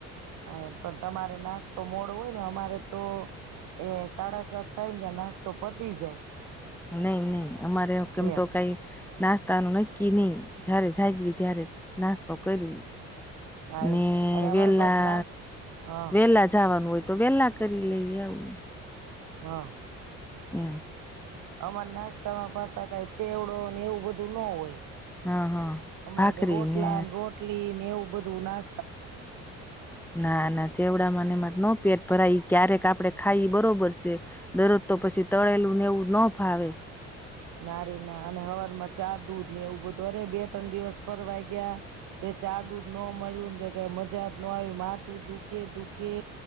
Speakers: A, on the right (about 75°); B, in the centre.
A: હા પણ તમારે નાસ્તો મોડો હોય ને અમારે તો એ સાડા સાત થાય ને નાસ્તો પતી જાય.
B: નહી નહી. અમારે કેમ
A: એમ
B: તો કંઈ. નાસ્તાનું નક્કી નહી જારે જાગવી ત્યારે નાસ્તો કરવી.
A: હા
B: ને
A: એમ અને અમારી
B: વેલા
A: પાસે નાસ્ હા
B: વેલા જવાનું હોય. તો વેલા કરી લઈએ આવું.
A: હા.
B: હા.
A: અમર નાસ્તામાં પા કાય. ચેવડો ને એવું બધું ન હોય.
B: હા હા
A: અમારે
B: ભાખરી
A: તો રોટલા
B: ને
A: રોટલી. એનેવું બધું ના.
B: ના ના ચેવડા મને ન. પેટ ભરાઈ ક્યારેક આપડે ખાઈ બરોબર છે દરરોજ તો પછી તળેલું ને એવું ના ફાવે.
A: નારી ના અને હવા. ચા દૂધ ને એવું બધું અરે બે ત્રણ દિવસ ફરવાઈ ગયા. તે ચાદુ ન મળ્યું. કઈ મજા જ ન આવી માથું દુખે દુખે